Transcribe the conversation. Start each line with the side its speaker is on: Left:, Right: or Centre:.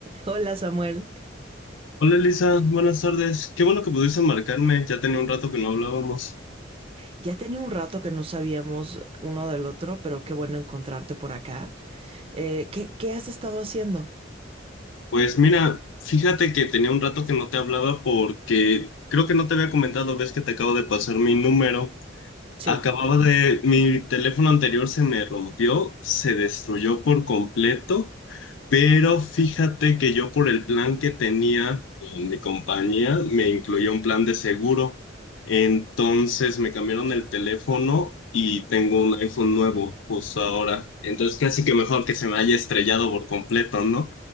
Right: Hola Samuel,
Left: Hola Elisa, buenas tardes. Qué bueno que pudiste marcarme, ya tenía un rato que no hablábamos.
Right: ya tenía un rato que no sabíamos uno del otro, pero qué bueno encontrarte por acá. Eh, ¿qué, qué has estado haciendo?
Left: Pues mira, fíjate que tenía un rato que no te hablaba porque creo que no te había comentado, ves que te acabo de pasar mi número.
Right: Sí,
Left: Acababa de... Mi teléfono anterior se me rompió, se destruyó por completo, pero fíjate que yo por el plan que tenía en mi compañía me incluía un plan de seguro. Entonces me cambiaron el teléfono y tengo un iPhone nuevo justo ahora. Entonces casi que mejor que se me haya estrellado por completo, ¿no?